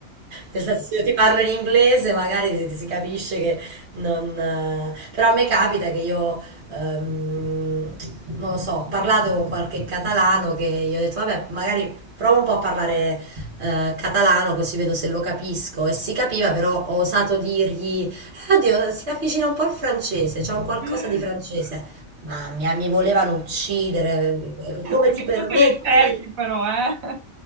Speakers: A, on the right; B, on the right.
A: nel senso, se io ti parlo in inglese magari si, si capisce che non... eh, Però a me capita che io, ehm, non lo so, ho parlato con qualche catalano che gli ho detto, vabbè, magari provo un po' a parlare eh, catalano così vedo se lo capisco. E si capiva, però ho osato dirgli, eh, oddio, si avvicina un po' al francese, c'è un qualcosa
B: <laughs>
A: di francese. Mamma mia, mi volevano uccidere. Come
B: Anche
A: ti permetti?
B: tu te le cerchi però, eh?